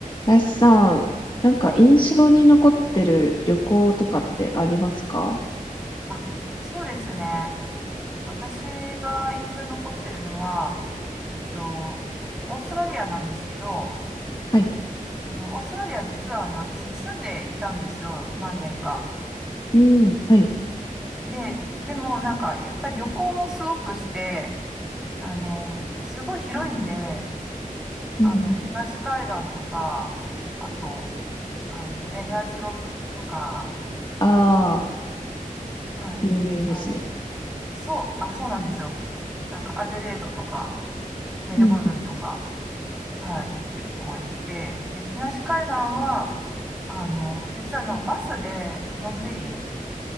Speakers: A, on the left (about 30°); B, in the centre.
A: 林さん、なんか印象に残ってる旅行とかってありますか
B: はい。はい。はいあ、そうですね。私が印象に残ってるのは、えっと、オーストラリアなんですけど、
A: はい。
B: あの、オーストラリア実はあの、私住んでいたんですよ。何年か。
A: うん、はい。
B: で、でもなんか、やっぱり旅行もすごくして、あの、すごい広いんで、あの、
A: うん、
B: 東海岸とか、あと、あの、エアーズロックとか、
A: ああ、
B: はい。
A: 有名ですね。
B: あ、そう、あ、そうなんですよ。なんか、アデレードとか、メルボルンとか、
A: うん、
B: はい、結構行って、で、東海岸は、あの、実はあのバスで、のんびり、